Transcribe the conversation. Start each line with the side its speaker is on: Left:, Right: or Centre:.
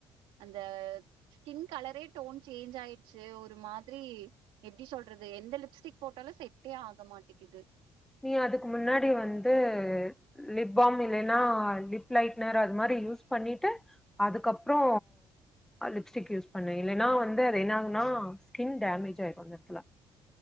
Right: அந்த ஸ்கின் கலரே டோன் சேஞ்ச் ஆய்ச்சு ஒரு மாதிரி எப்டி சொல்றது எந்த லிப்ஸ்டிக் போட்டாலு செட்டே ஆக மாட்டேகுது
Centre: நீ அதுக்கு முன்னாடி வந்து லிப் பாம் இல்லைன்னா லிப் லைனர் அது மாதிரி யூஸ் பண்ணிட்டு அதுக்கப்ரோ லிப்ஸ்டிக் யூஸ் பண்ணு இல்லைன்னா வந்து அது என்ன ஆகுன்னா ஸ்கின் டேமேஜ் ஆயிரு அந்த இடத்துல